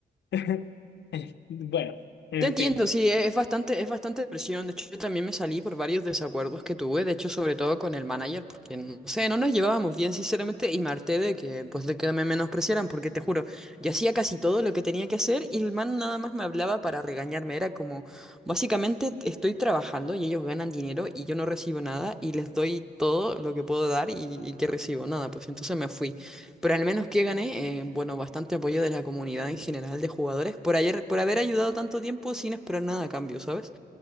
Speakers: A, on the left; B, in the centre.
A: <laughs> bueno, en
B: Te entiendo,
A: fin.
B: sí, e- es bastante, es bastante presión. De hecho, yo también me salí por varios desacuerdos que tuve, de hecho, sobre todo con el manager, porque no sé, no nos llevábamos bien, sinceramente, y me harté de que, pues, de que me menospreciaran, porque te juro, yo hacía casi todo lo que tenía que hacer y el man nada más me hablaba para regañarme. Era como, básicamente, estoy trabajando y ellos ganan dinero y yo no recibo nada y les doy todo lo que puedo dar y, y que recibo nada, pues entonces me fui. Pero al menos que gané, eh, bueno, bastante apoyo de la comunidad en general de jugadores por ayer, por haber ayudado tanto tiempo sin esperar nada a cambio, ¿sabes?